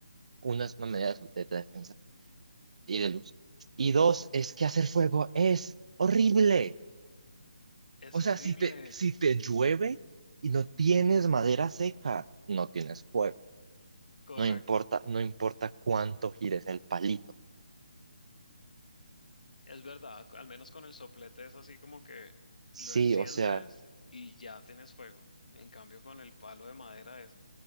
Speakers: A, on the right; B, on the left.
A: unas medidas de defensa. y de luz. Y dos, es que hacer fuego es horrible.
B: Es
A: O sea,
B: horrible.
A: si te, si te llueve y no tienes madera seca, no tienes fuego.
B: Correcto.
A: No importa, no importa cuánto gires el palito.
B: Es verdad, al menos con el soplete es así como que
A: Sí,
B: lo enciendes
A: o sea,
B: y ya tienes fuego. En cambio, con el palo de madera es